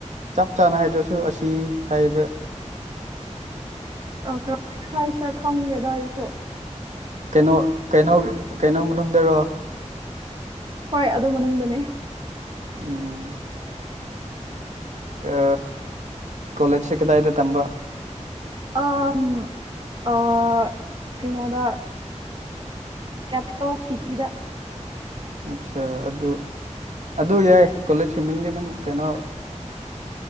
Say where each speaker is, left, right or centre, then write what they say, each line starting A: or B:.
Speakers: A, on the right; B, on the right.
A: ꯆꯞ ꯆꯥꯅ ꯍꯥꯏꯗ꯭ꯔꯁꯨ ꯑꯁꯤ ꯍꯥꯏꯕ
B: ꯑ ꯀꯔꯝꯃꯩꯅ ꯍꯥꯏꯁꯤꯔꯥ ꯈꯪꯗꯦꯑꯩꯁꯨ
A: ꯀꯩꯅꯣ ꯀꯩꯅꯣ ꯀꯩꯅꯣ ꯃꯅꯨꯡꯗꯔꯣ
B: ꯍꯣꯏ ꯑꯗꯨ ꯃꯅꯨꯡꯗꯅꯦ
A: ꯎꯝ ꯀ ꯀꯣꯂꯦꯖꯁꯦ ꯀꯗꯥꯏꯗ ꯇꯝꯕ
B: ꯑꯥꯝ ꯑꯥ ꯀꯩꯅꯣꯗ ꯀꯦꯄꯤꯇꯦꯜ ꯁꯤꯇꯤꯗ
A: ꯑꯠꯆꯥ ꯑꯗꯨ ꯑꯗꯨ ꯌꯥꯏ ꯀꯣꯂꯦꯖꯀꯤ ꯃꯤꯡꯗꯤ ꯑꯗꯨꯝ ꯀꯩꯅꯣ